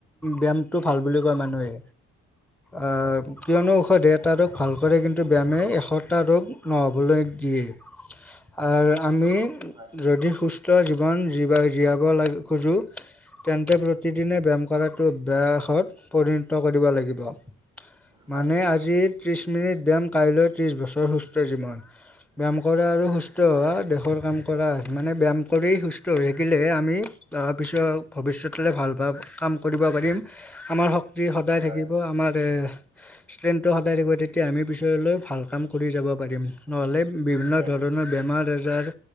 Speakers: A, in the centre; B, on the right (about 15°).
A: ব্যায়ামটো ভাল বুলি কয় মানুহে আ কিয়নো ঔষধে এটা
B: হয়
A: ৰোগ ভাল
B: হয়
A: কৰে কিন ব্যায়ামে এশটা ৰোগ নহ'বলৈ দিয়ে। আৰু আমি
B: হয়
A: যদি সুস্থ জীৱন জীবা জীয়াব লাগে খোজোঁ তেন্তে প্ৰতিদিনে ব্যায়াম কৰাটো অভ্যাসত পৰিণত কৰিব লাগিব।
B: হয়
A: মানে
B: হয়।
A: আজি ত্ৰিশ মিনিট ব্যায়াম, কাইলৈ ত্ৰিশ বছৰ সুস্থ জীৱন। ব্যায়াম কৰে আৰু সু সুস্থ
B: হয়
A: হোৱা দেশ ৰ কাম কৰা। মানে ব্যায়াম কৰি সুস্থ হৈ থাকিলেহে আমি তাৰপিছত ভৱিষ্যতলৈ ভাল ভাব কাম কৰিব পাৰিম। আমাৰ শক্তি সদায়
B: হয়
A: থাকিব আমাৰে ষ্ট্ৰেংনটো সদায় থাকিব তেতিয়া আমি পিছলৈ ভাল কাম কৰি যাব পাৰিম। নহ'লে বিভিন্ন
B: হয়
A: ধৰণৰ বেমাৰ আজাৰ,